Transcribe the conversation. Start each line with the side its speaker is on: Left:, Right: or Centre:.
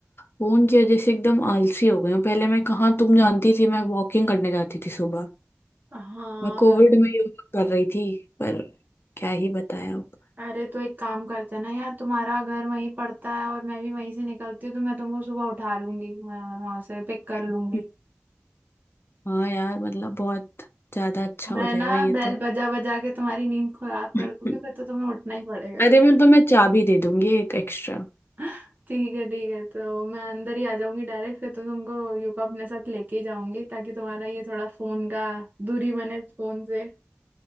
Left: फोन की वजह से एकदम आलसी हो गई हूँ पहले मैं कहाँ तुम जानती थी मैं वॉकिंग करने जाती थी सुबह
Right: हाँ
Left: मैं कोविड में योगा कर रही थी पर क्या ही बताया अब
Right: अरे तो एक काम करते हैं ना यार तुम्हारा घर वहीं पड़ता है और मैं भी वहीं से निकलती हूँ तो मैं तुमको सुबह उठा लूंगी वहाँ वहाँ से पिक कर लूंगी
Left: हम्म, हाँ यार मतलब बहुत ज्यादा अच्छा
Right: मैं
Left: हो जाएगा
Right: ना
Left: ये
Right: बेल
Left: तो
Right: बजा बजा के तुम्हारी नींद खराब
Left: <laughs>
Right: कर दूंगी फिर तो तुम्हें उठना ही पड़ेगा
Left: अरे मैं तुम्हें चाबी दे दूंगी एक एक्स्ट्रा
Right: <laughs> ठीक है ठीक है तो मैं अंदर ही आ जाऊंगी डायरेक्ट फिर तो तुमको यूको अपने साथ लेके ही जाऊंगी ताकि तुम्हारा ये थोड़ा फोन का दूरी बने फोन से